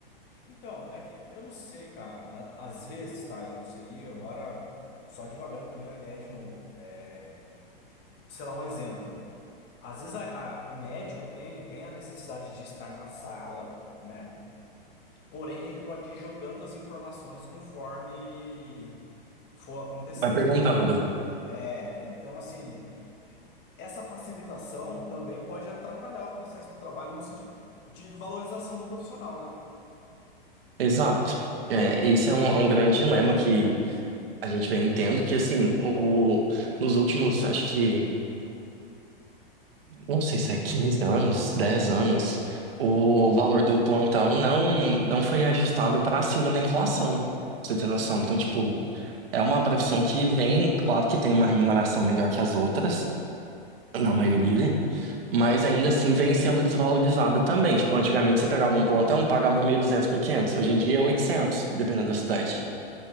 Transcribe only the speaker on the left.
Então, é que eu não sei, cara. A- Às vezes, tá? Isso aí agora, só divagando também a ideia de novo. É, sei lá, um exemplo. Às vezes a- a- o médico tem, tem a necessidade de estar na sala, né? Porém, ele pode ir jogando as informações conforme for acontecendo.
É, então, assim, essa facilitação também pode atrapalhar o processo do trabalho no sentido de valorização do profissional, né?